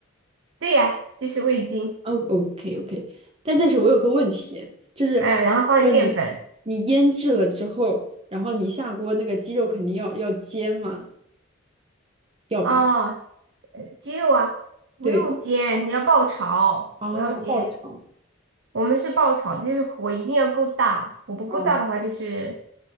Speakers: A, on the right; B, on the right.
A: 对呀，就是味精，
B: 哦，OK OK，但但是我有个问题，就是比如说你你腌制了之后，
A: 呃，然后放点淀粉，
B: 然后你下锅那个鸡肉肯定要要煎嘛，要吧？
A: 哦，呃鸡肉啊，不用煎，
B: 对，
A: 你要爆炒，
B: 哦，
A: 不要煎。
B: 爆炒。
A: 我们是爆炒的，就是火一定要够大，火不够大的话就是，
B: 哦，